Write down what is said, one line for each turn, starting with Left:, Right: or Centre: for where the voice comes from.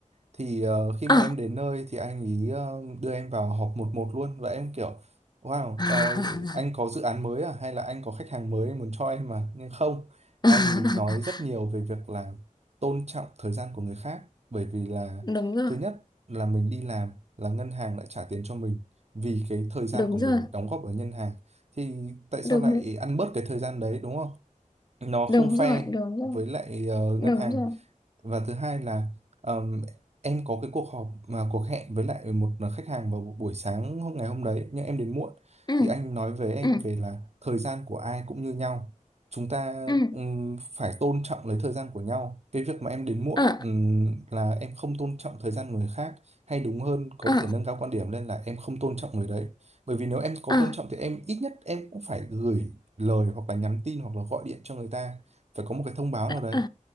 Right: thì ờ, khi
Left: ờ,
Right: mà em đến nơi thì anh ý ờ, đưa em vào họp một một luôn và em kiểu wow
Left: ờ.
Right: ờ, anh có dự án mới à hay là anh có khách hàng mới anh muốn cho em mà nhưng không anh
Left: <laughs>
Right: ý nói rất nhiều về việc là tôn trọng thời gian của người khác bởi vì là
Left: đúng rồi
Right: thứ nhất là mình đi làm là ngân hàng lại trả tiền cho mình vì cái thời gian
Left: đúng
Right: của mình
Left: rồi
Right: đóng góp ở ngân hàng thì tại sao
Left: đúng
Right: lại ăn bớt cái thời gian đấy đúng không nó không
Left: Đúng
Right: fair
Left: rồi, đúng rồi,
Right: với lại ờ, ngân
Left: đúng
Right: hàng
Left: rồi.
Right: và thứ hai là ờm, em có cái cuộc họp mà cuộc hẹn với lại một khách hàng vào buổi sáng hôm ngày hôm đấy nhưng em đến muộn
Left: Ừ,
Right: thì anh nói với em
Left: ừ,
Right: về là thời gian của ai cũng như nhau chúng ta
Left: ừ,
Right: ừm, phải tôn trọng lấy thời gian của nhau cái việc mà em đến muộn
Left: ờ,
Right: ừm, là em không tôn trọng thời gian người khác hay đúng hơn có
Left: ờ,
Right: thể nâng cao quan điểm lên là em không tôn trọng người đấy bởi vì nếu em có
Left: ờ,
Right: tôn trọng thì em ít nhất em cũng phải gửi lời hoặc là nhắn tin hoặc là gọi điện cho người ta phải có một cái thông báo nào đấy
Left: ờ.